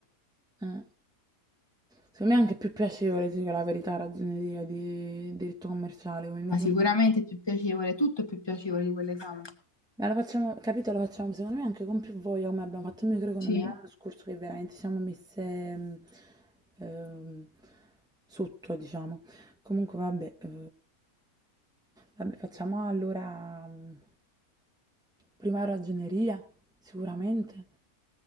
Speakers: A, in the centre; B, on the left (about 20°).
A: eh. Secondo me è anche più piacevole, dico la verità, ragioneria di diritto commerciale, quindi
B: ma
A: secondo
B: sicuramente
A: me...
B: è più piacevole, tutto è più piacevole di quell'esame.
A: Ma la facciamo, capito, la facciamo secondo me anche con più voglia come abbiamo fatto in microeconomia
B: Sì.
A: l'anno scorso che veramente siamo messe mh, ehm, sotto, diciamo. Comunque vabbè, eh, vabbè, facciamo allora mh, prima ragioneria, sicuramente